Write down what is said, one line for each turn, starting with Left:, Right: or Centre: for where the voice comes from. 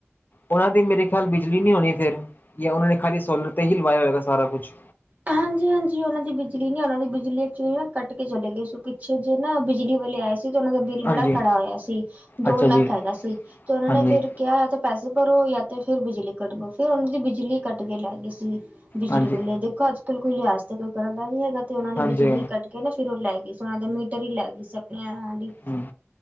Left: ਉਹਨਾਂ ਦੀ ਮੇਰੇ ਖਿਆਲ ਬਿਜਲੀ ਨਹੀਂ ਹੋਣੀ ਫਿਰ ਜਾਂ ਉਹਨਾਂ ਨੇ ਖਾਲੀ ਸੋਲਰ ਤੇ ਹੀ ਲਵਾਇਆ ਹੋਏਗਾ ਸਾਰਾ ਕੁਛ।
Right: ਹਾਂ ਹਾਂਜੀ, ਹਾਂਜੀ ਉਹਨਾਂ ਦੀ ਬਿਜਲੀ ਨ ਉਹਨਾਂ ਦੀ ਬਿਜਲੀ ਐਕਚੁਲੀ ਨਾ ਕੱਟ ਕੇ ਚਲੇ ਗਈ ਸੀ ਪਿੱਛੇ ਜੇ ਨਾ ਬਿਜਲੀ ਵੇਲੇ ਆਏ। ਤੇ ਉਹਨਾਂ ਦਾ ਬਿੱਲ
Left: ਹਾਂਜੀ
Right: ਬੜਾ ਖੜਾ ਹੋਇਆ ਸੀ ਦੋ
Left: ਅੱਛਾ
Right: ਲੱਖ
Left: ਜੀ
Right: ਹੈਗਾ ਸੀ ਤੇ ਉਹਨਾਂ
Left: ਹਾਂਜੀ
Right: ਨੇ ਫਿਰ ਕਿਹਾ ਤੇ ਪੈਸੇ ਪਰ ਉਹ ਯਾ ਤੇ ਫੇਿਰ ਬਿਜਲੀ ਕੱਟ ਗੋ ਫੇਿਰ ਉਹਨਾਂ ਦੀ ਬਿਜਲੀ ਕੱਟ ਕੇ ਲੈ ਗਈ ਸੀ ਬਿਜਲੀ
Left: ਹਾਂਜੀ
Right: ਵਾਲੇ ਦੇਖੋ ਅੱਜ ਬਿਲ ਕੋਈ ਲਿਹਾਜ਼ ਤੇ ਕੋਈ ਕਰਨ ਦਾ ਨ ਨਹੀਂ ਹੈਗਾ ਤੇ ਉਹਨਾਂ ਨੇ
Left: ਹਾਂਜੀ
Right: ਬਿਜਲੀ ਕੱਟ ਕਹਿੰਦਾ ਫਿਰ ਉਹ ਲੈ ਗਈ ਸੀ ਉਹਨਾਂ ਦੇ ਮੀਟਰ ਹੀ ਲੈ ਗਈ ਸੀ ਆਪਣੇ ਹੀ।
Left: ਹੂੰ